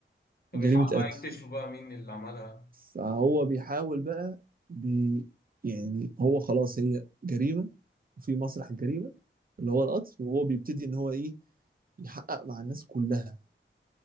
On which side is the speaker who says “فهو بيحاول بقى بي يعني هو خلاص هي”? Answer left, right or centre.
Right